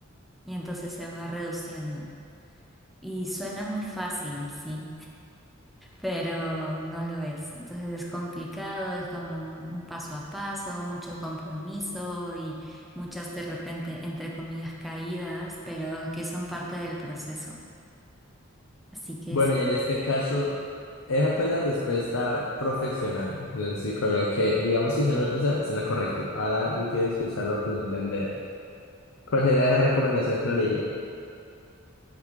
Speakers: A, in the centre; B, on the left.
A: y entonces se va reduciendo. Y suena muy fácil, sí, pero no lo es. Entonces es complicado, es como un, un paso a paso, mucho compromiso y muchas de repente, entre comillas, caídas, pero que son parte del proceso. Así que
B: Bueno,
A: sí,
B: y en este caso, esa fue la respuesta profesional del psicólogo que, digamos, que si se no lo piensa, suena correcto. Ahora yo quiero escuchar la opinión de Andrea. ¿Cuál sería esa recomendación que no le diría?